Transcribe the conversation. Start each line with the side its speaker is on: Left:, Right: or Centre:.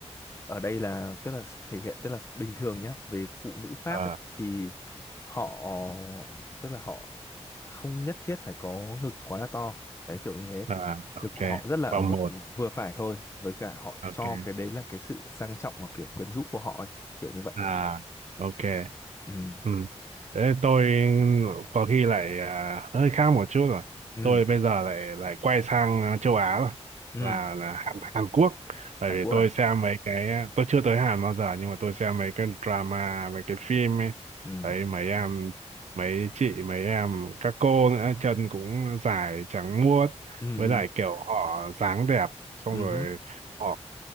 Left: ở đây là tức là thể hiện tức là bình thường nhá về phụ nữ Pháp
Right: ừ.
Left: ấy thì họ tức là họ không nhất thiết phải có ngực quá là to đấy kiểu như thế
Right: à
Left: ngực
Right: ok
Left: của họ rất là ở
Right: vòng
Left: mức
Right: một
Left: vừa phải thôi với cả họ
Right: ok
Left: cho cái đấy là cái sự sang trọng và kiểu quyến rũ của họ ấy. kiểu như vậy
Right: à ok
Left: ừ
Right: Ừ. Thế tôi có khi lại à, hơi khác một chút rồi.
Left: ừ
Right: Tôi bây giờ lại lại quay sang à, châu Á rồi,
Left: ừ
Right: là là Hàn, Hàn Quốc. Bởi
Left: Hàn
Right: vì
Left: Quốc
Right: tôi
Left: à
Right: xem mấy cái tôi chưa tới Hàn bao giờ nhưng mà tôi xem mấy cái drama, mấy cái phim ấy.
Left: ừ
Right: Thấy mấy em mấy chị mấy em các cô nữa chân cũng dài trắng muốt
Left: ừ
Right: với
Left: ừ
Right: lại kiểu họ dáng đẹp xong
Left: ừ
Right: rồi
Left: ừ,
Right: họ